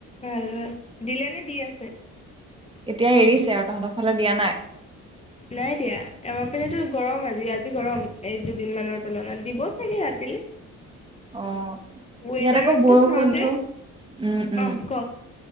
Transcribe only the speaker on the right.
এতিয়া এৰিছে আৰু তহঁতৰ ফালে দিয়া নাই
অ
ইয়াত আকৌ বৰষুণটো
উম উম